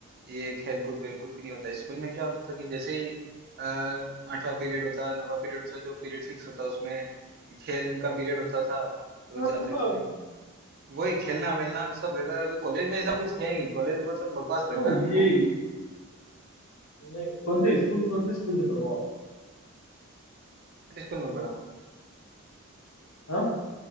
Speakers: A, on the right; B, on the left.
A: ये खेलकूद वेलकूद भी नहीं होता स्कूल में क्या होता था कि जैसे ही अ, आठवां पीरियड होता नौवां पीरियड होता जो पीरियड फिक्स होता उसमें खेल का पीरियड होता था तो
B: हाँ,
A: जाते थे वही खेलना वेलना सब रहता था अभी कॉलेज में ऐसा कुछ है नहीं कॉलेज बहुत सब बकवास
B: तो
A: लग रहा है मेरे
B: ये
A: को बहुत
B: नहीं कौन से स्कूल कौन से स्कूल से पढ़े हो आप
A: स्कूल में पढ़ा हूँ
B: हाँ